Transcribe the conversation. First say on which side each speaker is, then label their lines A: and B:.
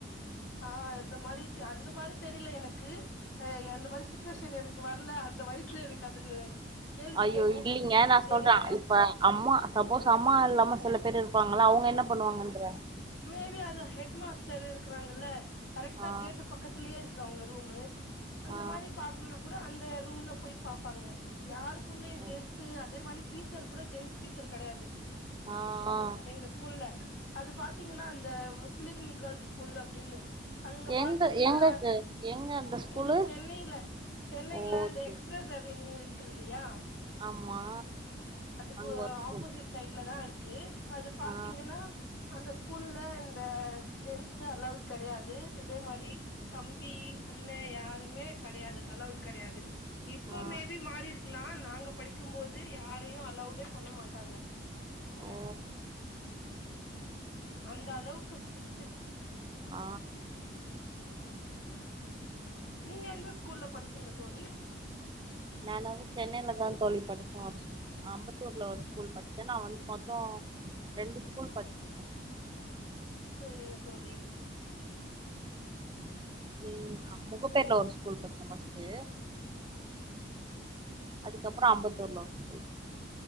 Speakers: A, on the left (about 80°); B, on the right (about 25°).
A: ஆ இந்த மாரி தெ அந்த மாரி தெரில எனக்கு ஆ அந்த மாரி சுட்டுவேஷன் எனக் கு வர்ல அந்த வயசுல எனக்கு அது கேள்வி
B: ஐயோ
A: கேட்கவு
B: இல்லிங்க
A: புரி இது
B: நா
A: தெரில
B: சொல்றே இப்ப அம்மா சப்போஸ் அம்மா இல்லாம சில பேர் இருப்பாங்கல்ல அவுங்க என் ன பண்ணுவாங்கன்ற
A: மேபி அது ஹெட் மாஸ்டர் இருக்கிறாங்கல்ல கரெக்டா
B: ஆ
A: கேட்டு பக்கத்துலயே இரு க்கு அவங்க ரூமு அந்த
B: ஆ
A: மாரி பாக்கணுனா கூட அந் தே ரூம்ல போய் பாப்பாங்க யாருக் க்குமே
B: ஓ
A: ஜென்ஸு அதே மாரி டீச்சர் கூட ஜென்ஸ் டீச்சர் கெடயாது
B: ஆ ஆ
A: எங்க ஸ்கூல்ல அதுப் பாத்தீகன்னா அந்த முஸ்லிம் கேல்ஸ் ஸ்கூல அப்டினு அங்க பாத்தீங்கன்னா
B: எந்த எங்கக்கு எங்க அந்த ஸ்கூலு
A: இது சென்னையில சென்னையில
B: ஓ
A: இந்த
B: சரி
A: எக்ஸ்பிரஸ் அவன்யூ இருக் க்கு இல்லியா
B: ஆமா
A: அதுக்கு
B: அங்க ஒரு ஸ்கூல்
A: ஆப்போசிட் சைட்ல தா இருக் கு அது பாத்தீகன்னா
B: ஆ
A: அந்த ஸ்கூல்ல இந்த ஜென்ஸ் அலௌவுட் கிடையாது அதே மாரி தம்பி அண்ணன யாருமே கிடையாது அலௌட் கிடையாது இப்போ
B: ஆ
A: மே பி மாறி இருக்கலா நாங்க படிக்கும்போது யார் ரையும் அலோவ்டே பண்ண மாட்டாங்க உள்ள
B: ஓ
A: அந்த அளவுக்கு ஸ்டிட்டு
B: ஆ
A: நீங்க எந்த ஸ்கூல்ல படிச்சீங்க தோழி
B: நான் வந்து சென்னையிலதா தோழி படிச்சோ ஒரு அம்பத்தூர்ல ஒரு ஸ்கூல் படிச்சே நா வந்து மொத்தே ரெண்டு ஸ்கூல் படிச்சிருக்கே
A: சேரிங்க தோழி
B: ம் முகப்பேர்ல ஒரு ஸ்கூல் படிச்ச பஸ்ட்டு அதுக்கப்புறோ அம்பத்தூர்ல ஒரு ஸ்கூல்